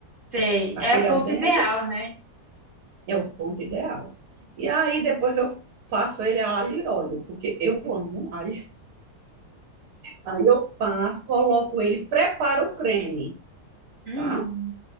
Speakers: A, on the right; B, on the right.
A: sei.
B: Aquele
A: É o ponto
B: al dente
A: ideal, né?
B: é o ponto ideal. E aí depois eu faço ele a alho e óleo, porque eu amo alho. <laughs> Aí eu faço, coloco ele, preparo o creme.
A: Hum,
B: tá?